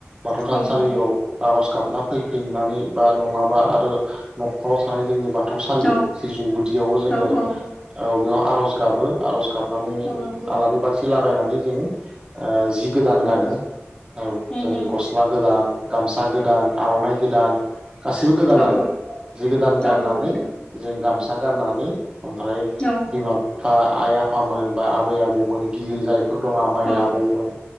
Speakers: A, on the right; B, on the left.
A: बाथौ थानसालियाव
B: औ नंगौ
A: आर'ज गाबना फैफिननानै बा नङाबा आरो न'खराव थानाय जोंनि बाथ बाथौसालि
B: औ
A: सिजौ गुदियाव जोङो
B: औ
A: ओ
B: औ
A: बेयाव आर'ज गाबो आर'ज गाब आलारि
B: औ नंगौ
A: बाथि ला नायनानै जोङो ओ जि गोदान
B: औ
A: गानो
B: औ
A: औ
B: उम
A: जों
B: उम
A: गस्ला गोदान। गामसा गोदान आर'नाइ गोदान गासिबो गोदान
B: औ
A: आरो जि गोदान गाननानै
B: औ नंगौ नोंथां
A: जों गामसा गाननानै ओमफ्राय
B: औ
A: बिमा बिफा आइ आफा फामोन बा आबै आबौमोन गिदिर जाय फोर दं आ माइ
B: औ
A: आबौमोन